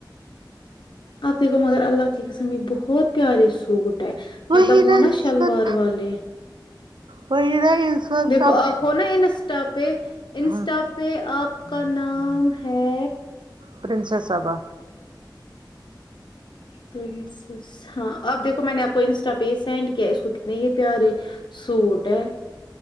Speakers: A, on the left (about 75°); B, on the right (about 80°).
A: آپ دیکھو مگر اللہ کی قسم یہ بہت پیارے سوٹ ہے
B: وہی
A: مطلب وہ
B: انسان،
A: نا شلوار والے
B: وہی نا انسان
A: دیکھو
B: سب
A: آپ ہوناا انسٹا پہ انسٹا
B: ہاں
A: پہ آپ کا نام ہے
B: پرنسس سبا
A: پرنسس ہاں اپ دیکھو میں نے آپ کو انسٹا پہ ہی سینڈ کیا اس کو کتنے ہی پیارے سوٹ ہے